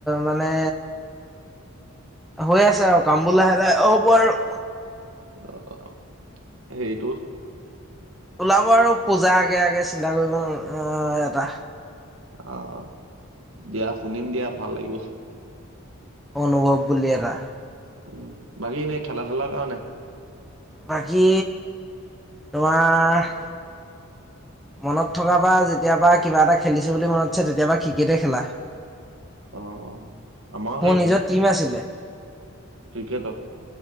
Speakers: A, in the centre; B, on the right (about 65°).
A: মানে। হৈ আছে আৰু কামবোৰ লাহে লাহে অ' হ'ব আৰু
B: আহ সেইটো
A: ওলাব আৰু পূজা আগে আগে চিন্তা কৰিব এটা
B: আহ দিয়া শুনিম দিয়া ভাল লাগিব।
A: অনুভৱ বুলি এটা
B: উম, বাকী এনেই খেলা ধূলাৰ কৰা নাই
A: বাকী তোমাৰ মনত থকা পাৰ যেতিয়াবা কিবা এটা খেলিছোঁ বুলি মনত আছে তেতিয়াবা ক্ৰিকেটেই খেলা
B: অহ' আমাৰ
A: মোৰ
B: সেই ই
A: নিজৰ টিম আছিলে
B: ক্ৰিকেটৰ